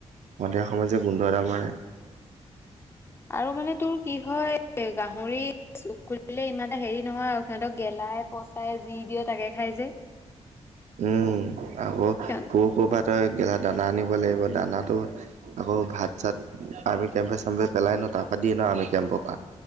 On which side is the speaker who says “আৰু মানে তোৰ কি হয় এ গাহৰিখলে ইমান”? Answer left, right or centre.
Left